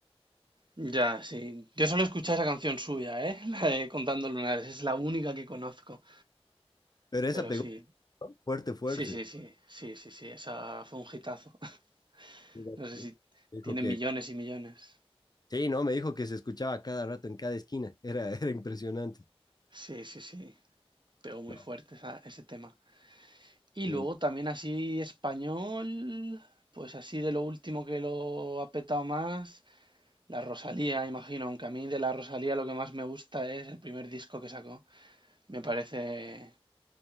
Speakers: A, on the right (about 45°); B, on the left (about 40°).
A: Ya, sí. Yo solo escuché esa canción suya, ¿eh? <laughs> La de Contando Lunares. Es la única que conozco.
B: Pero esa
A: Pero
B: pegó
A: sí.
B: fuerte, fuerte.
A: Sí, sí, sí. Sí, sí, sí. Esa fue un hitazo. <laughs>
B: Mira,
A: No sé
B: Me
A: si
B: dijo
A: tiene
B: que,
A: millones y millones.
B: sí, no, me dijo que se escuchaba a cada rato en cada esquina, era, <laughs> era impresionante.
A: Sí, sí, sí. Pegó muy
B: No,
A: fuerte esa- ese tema. Y
B: sí,
A: luego
B: no.
A: también así español, pues así de lo último que lo ha petado más, la Rosalía, imagino, aunque a mí de la Rosalía lo que más me gusta es el primer disco que sacó. Me parece,